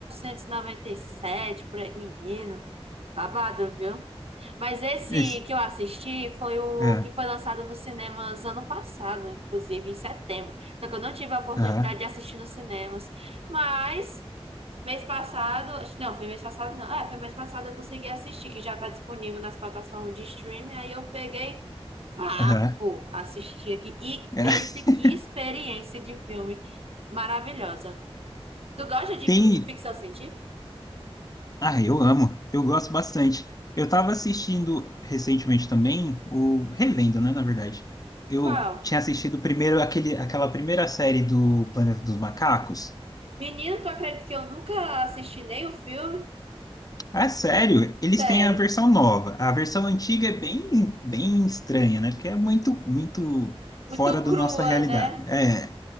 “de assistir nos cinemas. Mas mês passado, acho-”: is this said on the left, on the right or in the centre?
Right